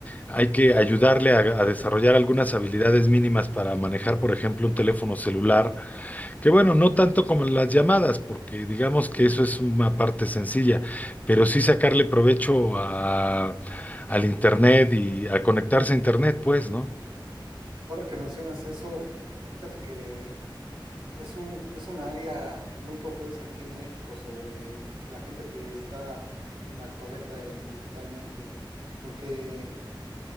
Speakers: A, on the left (about 20°); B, on the right (about 75°).
A: hay que ayudarle a, a desarrollar algunas habilidades mínimas para manejar, por ejemplo, un teléfono celular que bueno, no tanto como las llamadas, porque digamos que eso es una parte sencilla, pero sí sacarle provecho a, al internet y a conectarse a internet, pues, ¿no?
B: Ahora que mencionas eso, fíjate que es un, es un área muy propensa aquí en México sobre la gente que está analfabeta en- digitalmente, porque